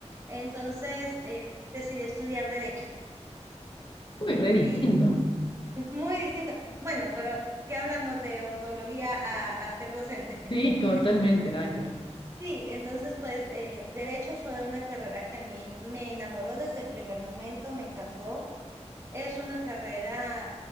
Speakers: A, on the right; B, on the left.
A: Entonces eh, decidí estudiar derecho
B: Uy, re distinto.
A: y <laughs> muy distinto. Bueno, pero ¿qué hablamos de ontología a, a ser docente? <laughs>
B: Sí, totalmente, nada que ver.
A: Sí, entonces pues eh, derecho fue una carrera que a mí me enamoró desde el primer momento, me encantó Es una carrera,